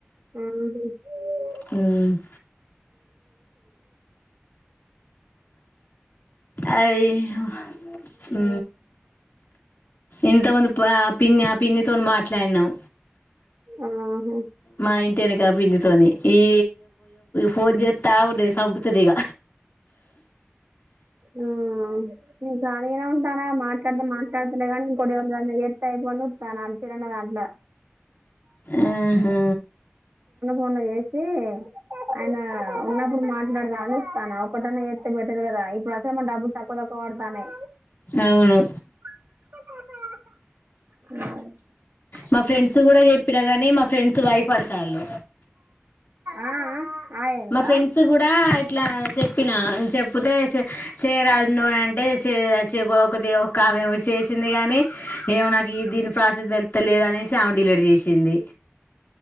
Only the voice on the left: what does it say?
హుమ్ అయి హు ఇంతమందుపు ఆ పిన్ని ఆ పిన్నితో మాట్లాడినాం
మా ఇంటి వెనుక పిన్ని తోనీ ఈ ఫోన్ చేస్తా అగు సంపుతది ఇగ
ఉహు
అవును
మా ఫ్రెండ్స్ కూడా చెప్పిన గానీ మా ఫ్రెండ్స్ బయపడతాల్లు
మా ఫ్రెండ్స్ కూడా ఇట్లా చెప్పినా, చెప్పుతే చె చెయ్యరాదు నువ్వు అంటే చేయచ్చు ఒకతి ఒకామేమో చేసింది కాని, ఏమో నాకు ఈ దీని ప్రాసెస్ తెలుతలేదు అనేసి ఆమె డిలీట్ చేసింది.